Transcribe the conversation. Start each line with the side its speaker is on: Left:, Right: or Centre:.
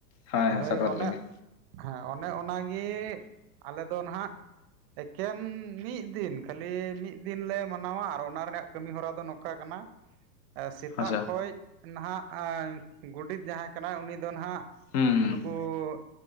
Left: ᱦᱮᱸ
Right: ᱟᱫᱚ
Left: ᱦᱮᱸ
Right: ᱦᱳᱭ
Left: ᱥᱟᱠᱨᱟᱛ
Right: ᱚᱱᱮ
Left: ᱨᱮᱜᱮ
Right: ᱦᱮᱸ ᱚᱱᱮ ᱚᱱᱟᱜᱮ ᱟᱞᱮ ᱫᱚ ᱱᱟᱦᱟᱜ ᱮᱠᱮᱱ ᱢᱤᱫ ᱫᱤᱱ ᱠᱷᱟᱹᱞᱤ ᱢᱤᱫ ᱫᱤᱱ ᱞᱮ ᱢᱟᱱᱟᱣᱟ ᱟᱨ ᱚᱱᱟ ᱨᱮᱱᱟᱜ ᱠᱟᱹᱢᱤ ᱦᱚᱨᱟ ᱫᱚ ᱱᱚᱝᱠᱟ ᱠᱟᱱᱟ ᱥᱮᱛᱟᱜ
Left: ᱟᱪᱪᱷᱟ
Right: ᱠᱷᱚᱱ ᱱᱟᱦᱟᱜ ᱜᱚᱰᱮᱛ ᱡᱟᱦᱟᱸᱭ ᱠᱟᱱᱟᱭ ᱩᱱᱤ ᱫᱚ ᱱᱟᱦᱟᱜ
Left: ᱦᱩᱸ
Right: ᱱᱩᱠᱩ